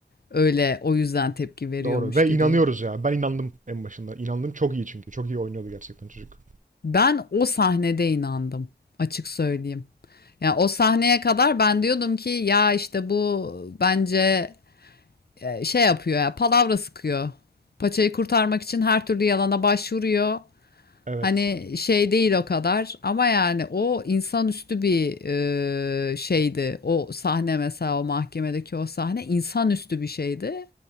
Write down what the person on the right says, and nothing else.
Doğru. Ve
inanıyoruz ya. Ben inandım en başında. İnandım çok iyi çünkü. Çok iyi oynuyordu gerçekten çocuk.
Evet.